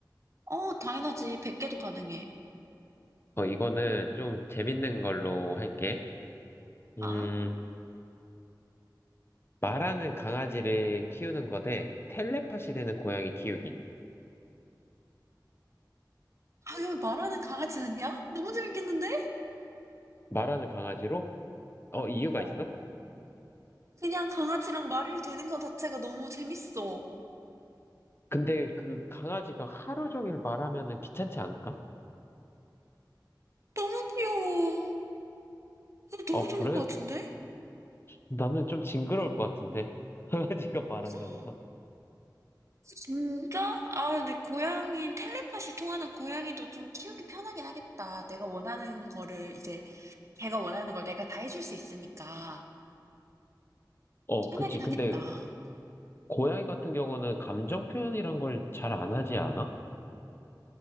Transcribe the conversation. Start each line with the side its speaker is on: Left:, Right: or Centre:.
Right: 어, 당연하지. 100개도 가능해.
Left: 어, 이거는 좀 재밌는 걸로 할게. 음,
Right: 아?
Left: 말하는 강아지를 키우는 거대 텔레파시 되는 고양이 키우기.
Right: 아왜 말하는 강아지 아니야? 너무 재밌겠는데?
Left: 말하는 강아지로? 어, 이유가
Right: 어.
Left: 있어?
Right: 그냥 강아지랑 말을 되는 것 자체가 너무 재밌어.
Left: 근데 그 강아지가 하루 종일 말하면은 귀찮지 않을까?
Right: 너무 귀여워. 이거 너무
Left: 어, 그래?
Right: 좋을 것 같은데?
Left: 나는 좀 징그러울 것 같은데. <laughs> 강아지가 말한다는
Right: <gasps>
Left: 건?
Right: 진짜? 아, 근데 고양이, 텔레파시 통하는 고양이도 좀 키우기 편하긴 하겠다. 내가 원하는 거를 이제 걔가 원하는 걸 내가 다 해줄 수 있으니까
Left: 어,
Right: 편하긴
Left: 그치. 근데
Right: 하겠다.
Left: 고양이 같은 경우는 감정 표현이란 걸 잘 안 하지 않아?